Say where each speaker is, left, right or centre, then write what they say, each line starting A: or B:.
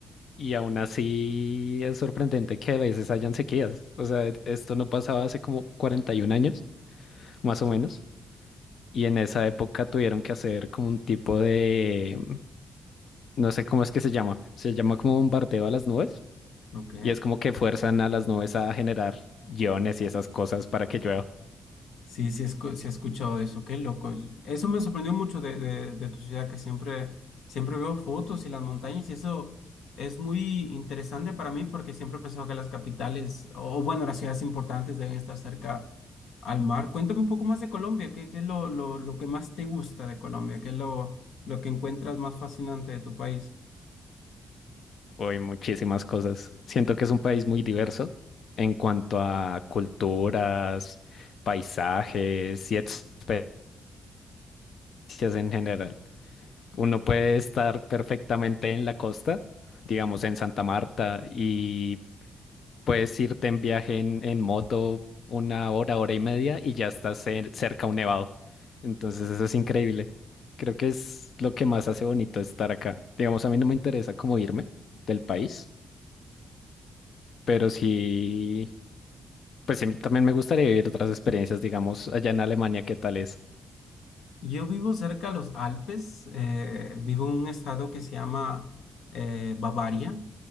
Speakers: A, on the left; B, on the left.
A: y aún así es sorprendente que a veces hayan sequías. O sea, e- esto no pasaba hace como 41 años, más o menos. Y en esa época tuvieron que hacer como un tipo de, no sé cómo es que se llama, se llama como bombardeo a las nubes.
B: Ok.
A: Y es como que fuerzan a las nubes a generar iones y esas cosas para que llueva.
B: Sí, sí, escu- sí he escuchado eso, qué loco. Eso me sorprendió mucho de, de- de tu ciudad, que siempre, siempre veo fotos y las montañas, y eso es muy interesante para mí porque siempre he pensado que las capitales, o bueno, las ciudades importantes deben estar cerca al mar. Cuéntame un poco más de Colombia, ¿qué, qué es lo, lo, lo que más te gusta de Colombia? ¿Qué es lo, lo que encuentras más fascinante de tu país?
A: Uy, muchísimas cosas. Siento que es un país muy diverso en cuanto a culturas, paisajes y experiencias en general. Uno puede estar perfectamente en la costa, digamos en Santa Marta, y puedes irte en viaje en, en moto una hora, hora y media y ya estás cer- cerca a un nevado. Entonces eso es increíble. Creo que es lo que más hace bonito estar acá. Digamos, a mí no me interesa cómo irme del país Pero sí, pues sí, también me gustaría vivir otras experiencias, digamos, allá en Alemania, ¿qué tal es?
B: Yo vivo cerca de los Alpes, eh, vivo en un estado que se llama eh, Bavaria,